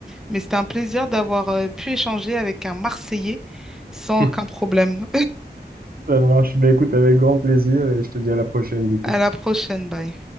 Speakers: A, in the centre; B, on the right (about 55°).
A: mais c'était un plaisir d'avoir euh, pu échanger avec un Marseillais sans
B: <laughs>
A: aucun problème.
B: Ça marche. Ben écoute, avec grand plaisir et je te dis à la prochaine,
A: <laughs>
B: du coup.
A: À la prochaine, bye.